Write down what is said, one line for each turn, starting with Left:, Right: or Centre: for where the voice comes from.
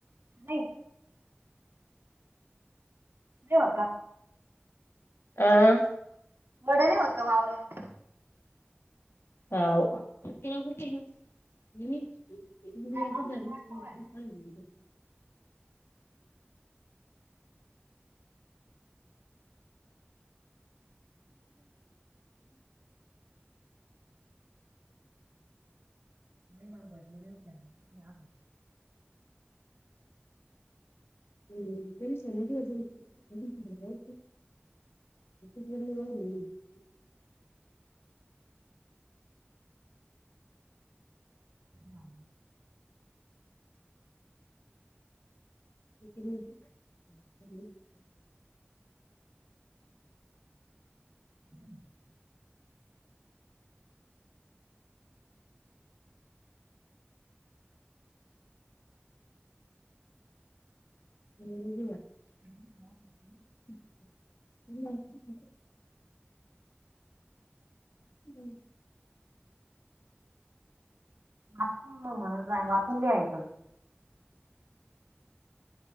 Right: नाही देव का
Left: आं
Right: वडे नाही होत का वावरून
Left: हा <unintelligible> जारीच
Right: नाही पावसाची
Left: <unintelligible>
Right: वाट पाहू राहिली. मला भज येव घ्याद <unintelligible>
Left: हम्म तेरी सज <unintelligible> ह <unintelligible>
Right: हा
Left: <unintelligible>
Right: हम्
Left: ह् बुजवा <unintelligible>
Right: ह म <unintelligible>
Left: ह <unintelligible> हो
Right: आपून म्हण वाचून लिहायचं.